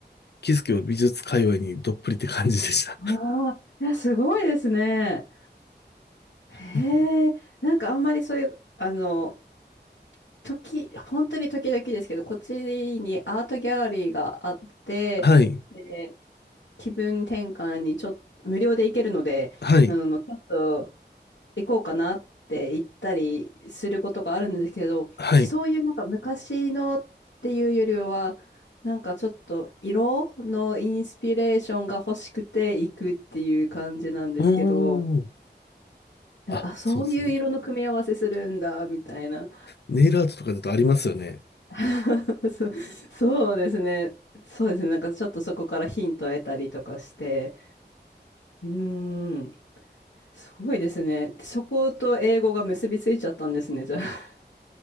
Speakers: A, on the left (about 65°); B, on the left (about 85°).
A: 気づけば美術界隈にどっぷりって感じでした。
B: ああ、いや、すごいですね。へえ、
A: <laughs> いや
B: なんかあんまりそういう、あの、時、本当に時々ですけど、こっちにアートギャラリーがあって、
A: はい、
B: で気分転換にちょっと、無料で行けるので、
A: はい、
B: あの、ちょっと行こうかなって言ったりすることがあるんですけど、
A: はい。
B: 私そういうなんか昔のっていうよりは、なんかちょっと色のインスピレーションが欲しくて行くっていう感じなんですけど、
A: うーん。
B: なんか、
A: あ、
B: あ、そういう色の組み合わせするんだ、
A: そうですね。
B: みたいな。
A: ネイルアートとかだとありますよね。
B: <laughs> そう、そうですね。そうですね。なんかちょっとそこからヒントを得たりとかして、うーん、すごいですね。そこと英語が結びついちゃったんですね、じゃあ。